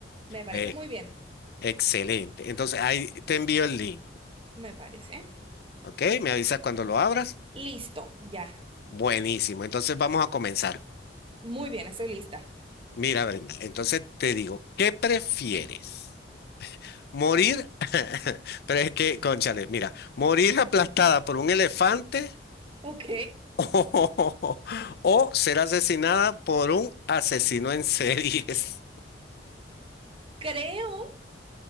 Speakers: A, on the right; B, on the left.
A: Me parece
B: Eh,
A: muy bien.
B: excelente. Entonces ahí te envío el link.
A: Me parece.
B: ¿Ok? Me avisas cuando lo abras.
A: Listo, ya.
B: Buenísimo. Entonces vamos a comenzar.
A: Muy bien, estoy lista.
B: Mira, Brenda, entonces te digo, ¿qué prefieres? Morir,
A: <laughs>
B: <laughs> pero es que, cónchale, mira, morir aplastada por un elefante
A: Ok.
B: <laughs> O ser asesinada por un asesino en series.
A: Creo